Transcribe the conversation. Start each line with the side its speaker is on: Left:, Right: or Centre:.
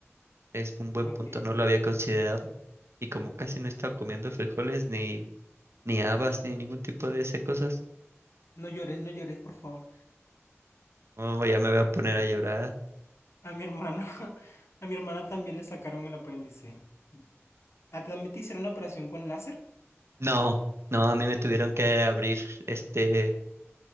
Right: Es un buen
Left: Ok.
Right: punto, no lo había considerado. Y como casi no he estado comiendo frijoles, ni, ni habas, ni ningún tipo de esas cosas.
Left: No llores, no llores, por favor.
Right: Oh, ya me voy a poner a llorar.
Left: A mi hermana, <laughs> a mi hermana también le sacaron el apéndice. ¿A ti también te hicieron una operación con láser?
Right: No, no, a mí me tuvieron que abrir, este,